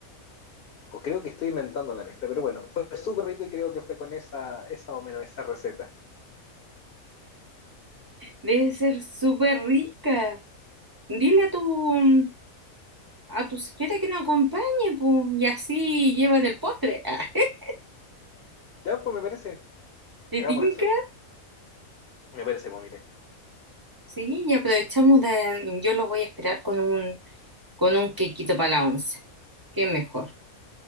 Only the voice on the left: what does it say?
O creo que estoy inventando la mezcla, pero bueno, fue súper rico y creo que fue con esa, esa más o menos, esa receta.
Ya, pues me parece,
hagamos
eso. Me parece, pues mire,